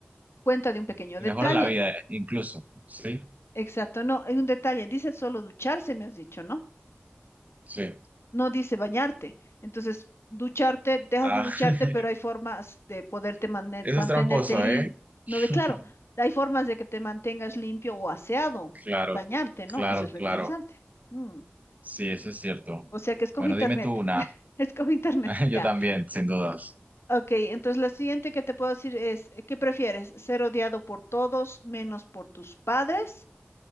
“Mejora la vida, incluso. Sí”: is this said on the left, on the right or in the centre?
Right